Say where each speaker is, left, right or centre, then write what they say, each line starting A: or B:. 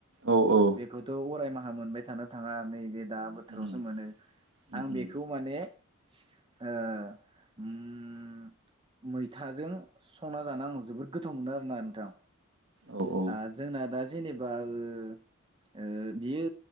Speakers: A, on the right; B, on the right.
A: औ औ
B: बेखौथ' अराय मा हा मोनबाय थानो थाङा नैबे दा बोथोरावसो
A: उम
B: मोनो
A: उम
B: आं बेखौ
A: उम
B: माने ओ ओम मैथाजों संना जानो आङो जोबोद गोथाव मोनो आरोना नोंथां
A: औ औ
B: आ जोंना दा जेनेबा ओ ओ बियो